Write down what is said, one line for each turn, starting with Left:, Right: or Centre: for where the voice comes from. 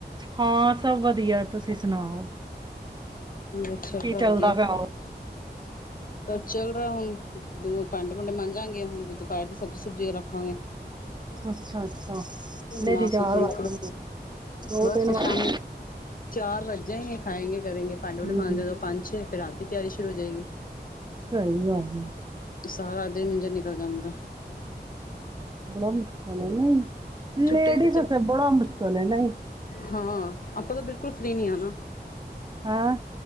Right: ਹਾਂ ਸਭ ਵਧੀਐ ਤੁਸੀਂ ਸੁਣਾਓ
Left: ਅੱਛਾ
Right: ਕੀ
Left: ਬੜਾ
Right: ਚੱਲਦਾ
Left: ਵਧੀਆ
Right: ਪਿਆ ਹੋਰ?
Left: ਚਲ ਰਿਹਾ ਹੁਣ ਦੋ ਭਾਂਡੇ ਭੂੰਡੇ ਮੰਜਾਂਗੇ ਹੁਣ ਵੀ ਦੁਪਹਿਰ ਦੀ ਸਬਜ਼ੀ ਸੁਬਜ਼ੀ ਰੱਖਾਂਗੇ
Right: ਅੱਛਾ ਅੱਛਾ ਇੰਨੇ
Left: ਨਾ
Right: ਦੀ ਚਾਰ
Left: ਸੁਕਣ
Right: ਵੱਜ ਜਾਣਗੇ ਦੋ
Left: ਬਸ
Right: ਤਿੰਨ
Left: ਫਿਰ ਸ਼ਾਮੀ
Right: ਵੱਜ
Left: ਚਾਰ ਵੱਜ ਜਾਏਂਗੇ ਖਾਏਗੇ ਕਰੇਗੇ ਭਾਂਡੇ ਭੂਂਡੇ
Right: ਹੂੰ।
Left: ਮਾਂਜਦੇ ਉਦੋਂ ਪੰਜ ਛੇ ਫੇਰ ਰਾਤ ਦੀ ਤਿਆਰੀ ਸ਼ੁਰੂ ਹੋ ਜਾਏਗੀ
Right: ਸਹੀ ਗੱਲ ਹੈ
Left: ਸਾਰਾ ਦਿਨੰ ਇੰਜ ਦਾ ਗੰਦਾ
Right: ਬੜਾ ਮੁਸ਼ਕਲ ਹੈ ਨਹੀਂ
Left: ਛੁੱਟੀਆਂ
Right: ਲੇਡੀਜ਼
Left: ਚ ਬੱਚੇ
Right: ਉਥੇ ਬੜਾ ਮੁਸ਼ਕਿਲ ਨਹੀਂ
Left: ਹਾਂ ਆਪਾਂ ਤਾਂ ਬਿਲਕੁਲ ਫਰੀ ਨਹੀਂ ਆ ਨਾ
Right: ਹੈਂ?